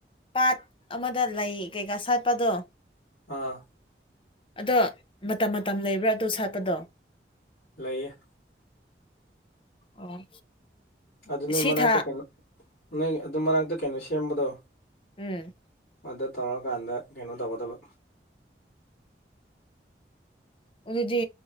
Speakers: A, on the left (about 30°); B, on the left (about 60°).
A: ꯄꯥꯠ ꯑꯃꯗ ꯂꯩ ꯀꯩꯀꯥ ꯁꯥꯠꯄꯗꯣ
B: ꯑꯥ
A: ꯑꯗꯣ ꯃꯇꯝ ꯃꯇꯝ ꯂꯩꯕ꯭ꯔꯥ ꯑꯗꯣ ꯁꯥꯠꯄꯗꯣ
B: ꯂꯩꯌꯦ
A: ꯑꯣ
B: ꯑꯗꯨ ꯅꯣꯏ
A: ꯁꯤ
B: ꯃꯅꯥꯛꯇ
A: ꯊꯥ
B: ꯀꯩꯅꯣ ꯅꯣꯏ ꯑꯗꯨ ꯃꯅꯥꯛꯇ ꯀꯩꯅꯣ ꯁꯦꯝꯕꯗꯣ
A: ꯎꯝ
B: ꯃꯗ ꯇꯧꯔꯀꯥꯟꯗ ꯀꯩꯅꯣ ꯇꯧꯒꯗꯕ
A: ꯑꯗꯨꯗꯤ